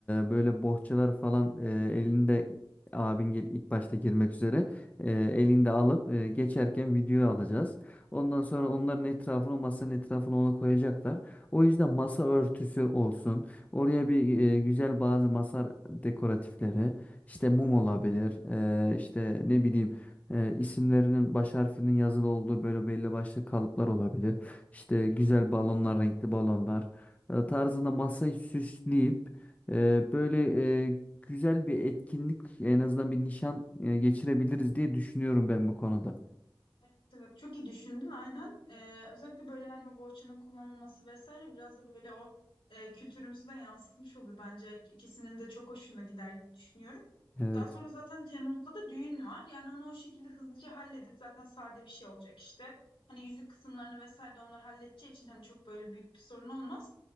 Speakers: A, on the left; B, on the left.
A: böyle bohçalar falan e, elinde abin gel- ilk başta girmek üzere e, elinde alıp e, geçerken video alacağız. Ondan sonra onların etrafını masanın etrafını ona koyacaklar. O yüzden masa örtüsü olsun. Oraya bir e, güzel bazı masa dekoratifleri işte mum olabilir. E, işte ne bileyim e, isimlerinin baş harfinin yazılı olduğu böyle belli başlı kalıplar olabilir. İşte güzel balonlar, renkli balonlar e, tarzında masayı süsleyip e, böyle e, güzel bir etkinlik en azından bir nişan e, geçirebiliriz diye düşünüyorum ben bu konuda.
B: Evet, evet çok iyi düşündün aynen. Ee, özellikle böyle hani o bohçanın kullanılması vesaire biraz da böyle o e, kültürümüzü de yansıtmış olur bence. İkisinin de çok hoşuna gider gibi düşünüyorum.
A: Evet.
B: Daha sonra zaten Temmuz'da da düğün var. Yani onu o şekilde hızlıca halledip zaten sade bir şey olacak işte. Hani yüzük kısımlarını vesaire de onlar halledeceği için hani çok böyle büyük bir sorun olmaz.